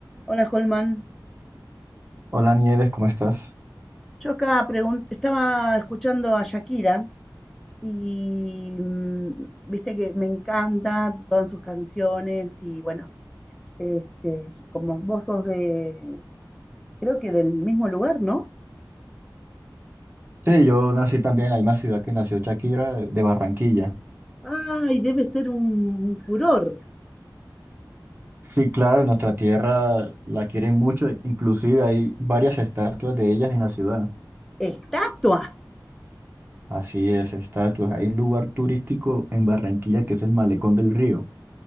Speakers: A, in the centre; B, on the right.
A: Hola, Holman.
B: Hola Nieves, ¿cómo estás?
A: Yo acá pregun- estaba escuchando a Shakira y mm, viste que me encanta todas sus canciones y bueno, este, como vos sos de, creo que del mismo lugar, ¿no?
B: Sí, yo nací también en la misma ciudad que nació Shakira, de de Barranquilla.
A: Ay, debe ser un un furor.
B: Sí, claro, nuestra tierra la quieren mucho, inclusive hay varias estatuas de ellas en la ciudad.
A: Estatuas.
B: Así es, estatuas. Hay un lugar turístico en Barranquilla que es el Malecón del Río.